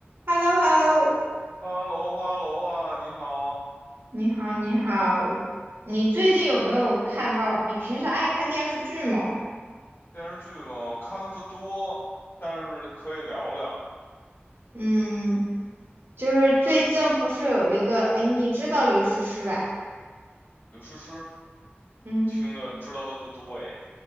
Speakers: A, on the right (about 65°); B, on the left (about 60°).
A: h e l l o h e l l o
B: Hello，Hello 啊，你好，
A: 你好，你好，你最近有没有看到？你平时爱看电视剧吗？
B: 电视剧嘛，我看的不多，但是可以聊聊。
A: 嗯，就是最近不是有一个，哎，你知道刘诗诗吧？
B: 刘诗诗
A: 嗯，
B: 听的知道的不多诶，